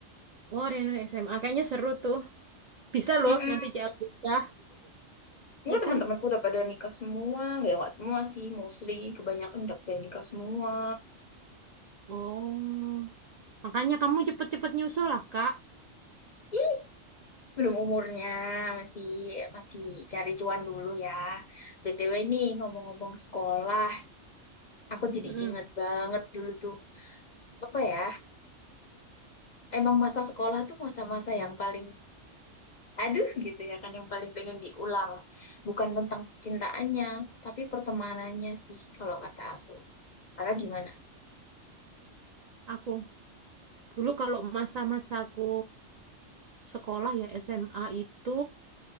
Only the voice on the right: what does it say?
Oh, Reno SMA. Kayaknya seru tuh. Bisa loh
nanti CL kita.
Ya kan?
Oh. Makanya kamu cepet-cepet nyusul lah, Kak.
Mm-mm.
Aku. Dulu kalau masa-masa aku sekolah ya SMA itu.